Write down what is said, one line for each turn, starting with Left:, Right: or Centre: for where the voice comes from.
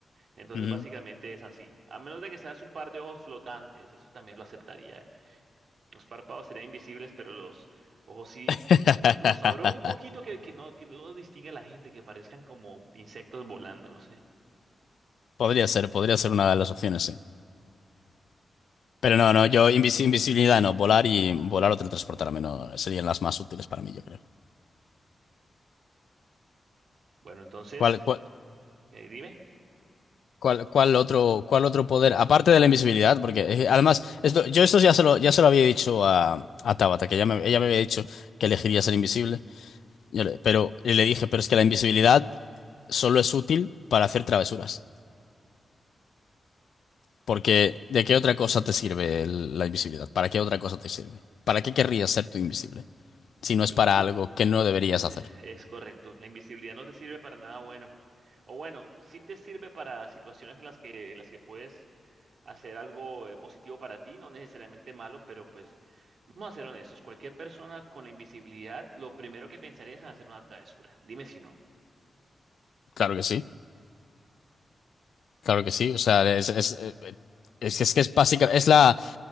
Right: Entonces
Left: Ujú.
Right: básicamente es así. A menos de que seas un par de ojos flotantes, eso también lo aceptaría, ¿eh? Los párpados serían invisibles, pero los ojos sí,
Left: <laughs>
Right: lo- los abro un poquito que, que no, que no los distingue a la gente, que parezcan como insectos volando, no sé.
Left: Podría ser, podría ser una de las opciones, sí. Pero no, no, yo invisi- invisibilidad no, volar y volar o teletransportarme no serían las más útiles para mí, yo creo.
Right: Bueno, entonces,
Left: ¿Cuál, cuál,
Right: eh, dime,
Left: cuál, cuál otro, cuál otro poder? Aparte de la invisibilidad, porque eh, además, esto, yo esto ya se lo, ya se lo había dicho a, a Tabata, que ella me, ella me había dicho que elegiría ser invisible. Yo le- pero y le dije, pero es que la invisibilidad solo es útil para hacer travesuras. Porque ¿de qué otra cosa te sirve el- la invisibilidad? ¿Para qué otra cosa te sirve? ¿Para qué querrías ser tú invisible? Si no es
Right: tú,
Left: para
Right: tú,
Left: algo
Right: tú-
Left: que no deberías hacer.
Right: es correcto, la invisibilidad no te sirve para nada bueno. O bueno, sí te sirve para situaciones en las que, en las que puedes hacer algo eh, positivo para ti, no necesariamente malo, pero pues vamos a ser honestos, cualquier persona con la invisibilidad, lo primero que pensaría es en hacer una travesura. Dime si no.
Left: Claro que sí, claro que sí. O sea, es, es, eh, es, que es que es básica, es la,